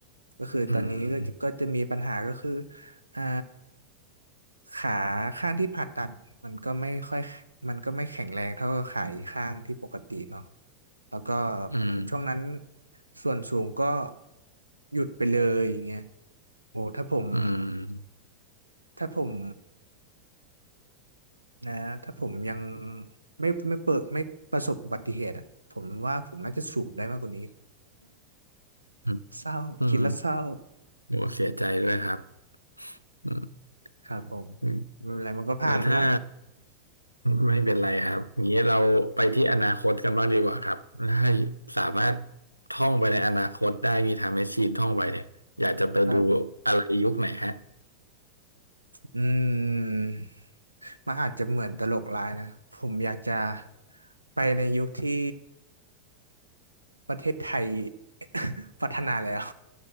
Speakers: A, on the right (about 85°); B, on the left (about 85°).
A: ก็คือตอนนี้ก็จะก็จะมีปัญหาก็คือ
B: อืม
A: อ่าขาข้างที่ผ่าตัดมันก็ไม่ค่อยมันก็ไม่แข็งแรงเท่ากับขาอีกข้างที่ปกติเนาะ แล้วก็เหมือนช่วงนั้น
B: อืม
A: ส่วนสูงก็หยุดไปเลยอย่างเงี้ยโอ้ถ้าผม
B: อืม
A: ถ้าผมนะถ้าผมยังไม่ไม่เปิดไม่ประสบอุบัติเหตุอะผมว่าผมน่าจะสูงได้มากกว่านี้
B: อืม
A: เศร้าคิดแล้วเศร้า
B: อืมโหเสียใจด้วยครับอืม
A: ครับผมไม่เป็นไรมันก็ผ่านไปแล้ว
B: อืมแล้วถ้าไม่เป็นไรครับอย่างนี้เราไปที่อนาคตกันบ้างดีกว่าครับถ้าสามารถท่องไปในอนาคตได้มีไทม์แมชชีนท่องไปเนี่ยอยากจะไปดู
A: ครับ
B: อะไรยุคไหนฮะ
A: อืมมันอาจจะเหมือนตลกร้ายนะผมอยากจะไปในยุคที่ ประเทศไทย <laughs> พัฒนาแล้ว